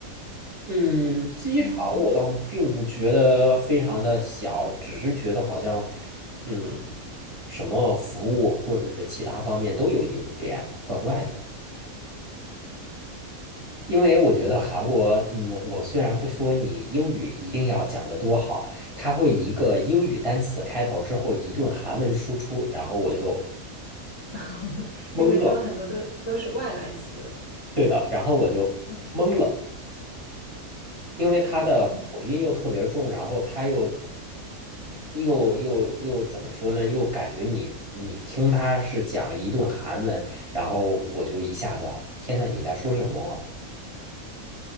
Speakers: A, on the right; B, on the left.
A: 嗯，
B: <laughs>
A: 机场我倒并不觉得非常的小，
B: 嗯，
A: 只是觉得好像，嗯，什么服务或者是其他方面都有一点怪怪的。因为我觉得韩国，嗯，我虽然不说你英语一定要讲得多好，它会一个英语单词开头之后一顿韩文输出，然后我就
B: <laughs>
A: 懵了。
B: 因为他们很多都都是外来词，
A: 对的，然后我就懵了，
B: 嗯
A: 因为他的口音又特别重，
B: 嗯，
A: 然后他又又又又怎么说呢？又感觉你你听他是讲了一顿韩文，然后我就一下子，天呐，你在说什么啊？